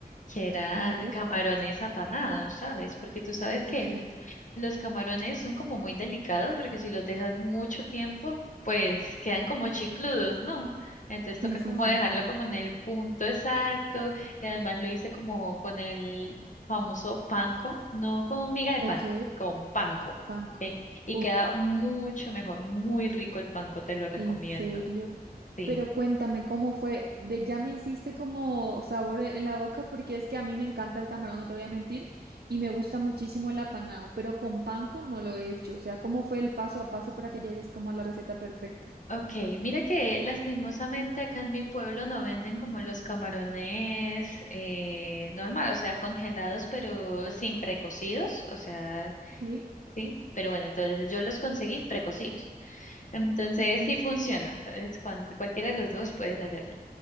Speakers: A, on the left; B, on the right.
A: que era
B: A ver.
A: camarones apanados, ¿sabes? Porque tú sabes
B: Oye,
A: que Los camarones son como muy delicados porque si los dejas mucho tiempo, pues quedan
B: Sí.
A: como chicludos, ¿no? Entonces
B: sí,
A: toca
B: sí,
A: como
B: sí.
A: dejarlo como en el punto exacto y además lo hice como con el famoso panko, no con miga de
B: Ok,
A: pan, con panko,
B: panco.
A: ¿ok? Y
B: Uf,
A: queda mucho mejor, muy rico el panko, te lo recomiendo.
B: en serio.
A: Sí.
B: Pero cuéntame cómo fue, de ya me hiciste como sabor en en la boca porque es que a mí me encanta el camarón, no te voy a mentir, y me gusta muchísimo el apanado, pero con panko no lo he hecho, o sea, ¿cómo fue el paso a paso para que llegues como a la receta perfecta?
A: Ok, mira que lastimosamente acá en mi pueblo no venden como los camarones eh, normal, o sea, congelados pero sin precocidos, o sea,
B: Sí,
A: sí, pero bueno, entonces yo los conseguí precocidos. <laughs> Entonces
B: ok,
A: sí funciona, entonces cuan- cualquiera de los dos puedes hacerlo.